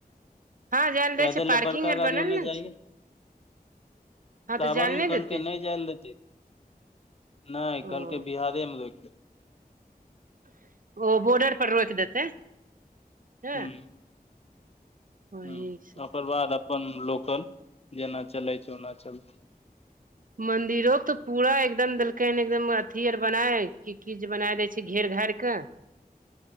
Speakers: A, on the right; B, on the left.
A: हँ जाय ले
B: कह
A: दै छै
B: दे ने
A: पार्किंग
B: बड़का
A: आर
B: गड़ी
A: बनल
B: उ नहि
A: ने
B: चाए
A: छै हँ
B: सावनमे
A: तऽ जाय ले नहि
B: कहलकै
A: देतै तऽ
B: नहि जायल हेतै। नहि
A: ओ
B: कलकै बिहारेमे रोके।
A: ओ बोर्डर पर रोकि देतै। हँ
B: हूं
A: वही
B: हूं
A: से
B: ओकर बाद अपन लोकल जेना चले छैय ओना चलतै।
A: मंदिरो के तऽ पूरा एकदम देलकै हन एकदम अथी आर बनाय की की जे बनाय देय छैय घेर घार के।
B: ह